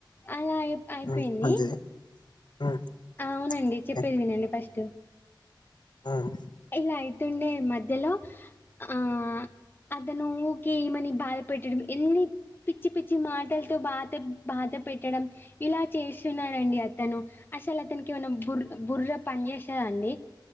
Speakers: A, on the left; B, on the left.
A: అలా అయిప్ అయిపోయింది
B: ఉమ్ మంచిది ఉమ్
A: అవునండి
B: ఓకే
A: చెప్పేది వినండి ఫస్ట్
B: ఉమ్
A: ఇలా అయి తుండే మధ్యలో అ ఆహ్ అతను ఊకే ఈమని బాధ పెట్టడం ఎన్ని పిచ్చి పిచ్చి మాటలతో బాధ బాధ పెట్టడం ఇలా చేస్తున్నారండి అతను అసలు అతనికి ఏమనా బుర్ బుర్ర పనిచేస్తాదండి